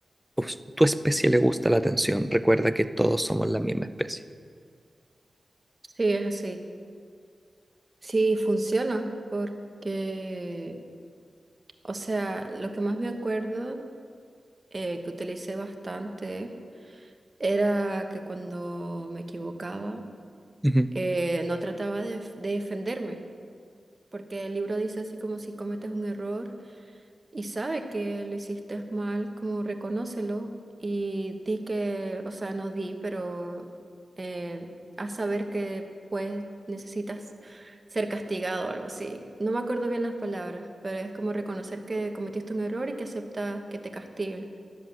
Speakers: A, in the centre; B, on the right.
A: o s- tu especie le gusta la atención. Recuerda que todos somos la misma especie.
B: Sí, es así. Sí, funciona porque, o sea, lo que más me acuerdo eh, que utilicé bastante era que cuando me equivocaba
A: Ujú,
B: eh, no trataba de, def- de defenderme, porque el libro dice así como si cometes un error. y sabe que lo hiciste mal, como reconócelo y di que, o sea, no di, pero eh, haz saber que pues necesitas ser castigado o algo así. No me acuerdo bien las palabras, pero es como reconocer que cometiste un error y que aceptas que te castiguen,